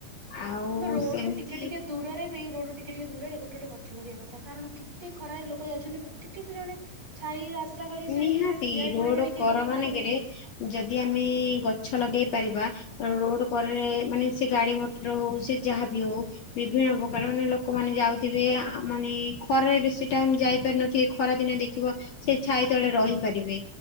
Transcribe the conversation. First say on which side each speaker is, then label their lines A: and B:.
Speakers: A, on the left (about 55°); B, on the right (about 35°).
A: ଆଉ
B: ଆମେ ରୋଡ୍
A: ସେମିତି
B: ରୁ ଟିକେ ଟିକେ ଦୂରରେ ବି ରୋଡ୍ ରୁ ଟି ଟିକେ ଟିକେ ଦୂରରେ ଗୋଟେ ଗୋଟେ ଗଛ ଲଗେଇବା କଥା। କାରଣ କେତେ ଖରାରେ ଲୋକ ଯାଉଛନ୍ତି ପ୍ରତି କିଏ ତ ଜଣେ ଛାଇ ଆଶ୍ରା କରି
A: ନିହାତି
B: ସେଇଠି ତ ଜଣେ ଠିଆ ହେଇ
A: ରୋଡ
B: ପଡିବ ଟିକେ
A: କର ମାନଙ୍କରେ
B: ଖରାଦିନେ।
A: ଯଦି ଆମେ ଗଛ ଲଗେଇ ପାରିବା ରୋଡ କରେରେ ମାନେ ସେ ଗାଡି ମଟର ହଉ ସେ ଯାହାବି ହଉ। ବିଭିନ୍ନ ପ୍ରକାର ମାନେ ଲୋକମାନେ ଯାଉଥିବେ ଆ ମାନେ ଖରାରେ ବେଶୀ ଟାଇମ ଯାଇପାରି ନଥିବେ ଖରା ଦିନେ ଦେଖ ସେ ଛାଇ ତଳେ ରହିପାରିବେ